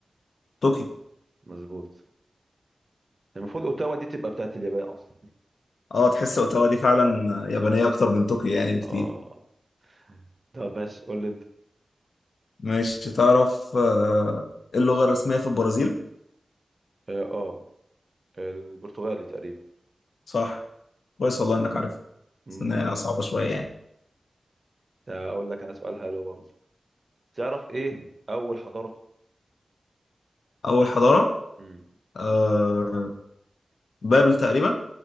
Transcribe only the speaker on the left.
طوكيو
اه تحس اوتاوا دي فعلا يابانية اكتر من طوكيو يعني بكتير
ماشي تعرف آه، ايه اللغة الرسمية في البرازيل
صح كويس والله انك عارف
بس إن هي صعبة شوية يعني
اول حضارة
آه بابل تقريبا